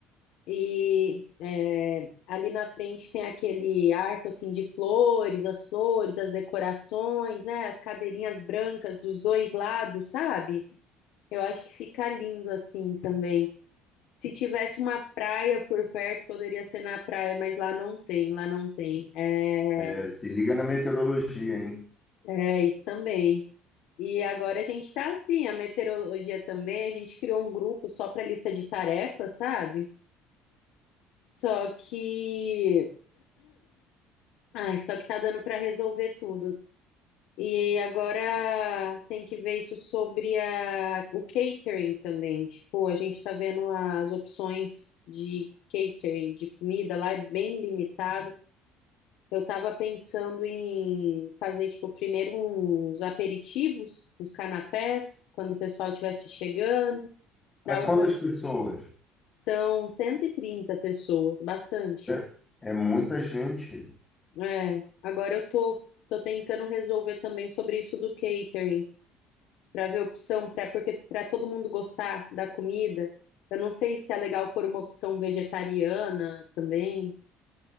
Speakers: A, on the left; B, on the left.
A: E é, ali na frente tem aquele arco assim de flores, as flores, as decorações, né? As cadeirinhas brancas dos dois lados, sabe? Eu acho que fica lindo assim também. Se tivesse uma praia por perto, poderia ser na praia, mas lá não tem, lá não tem. É,
B: É, se liga na meteorologia, hein?
A: é isso também. E agora a gente tá assim, a meteorologia também, a gente criou um grupo só para lista de tarefas, sabe? Só que Ai, só que tá dando para resolver tudo. E agora tem que ver isso sobre a, o catering também. Tipo, a gente tá vendo as opções de catering, de comida lá, é bem limitado. Eu tava pensando em fazer, tipo, primeiro uns aperitivos, uns canapés, quando o pessoal estivesse chegando.
B: Para
A: Dá uma...
B: quantas pessoas?
A: São 130 pessoas, bastante.
B: né? É muita gente.
A: É, agora eu tô, tô tentando resolver também sobre isso do catering. para ver opção, para porque para todo mundo gostar da comida. Eu não sei se é legal pôr uma opção vegetariana também,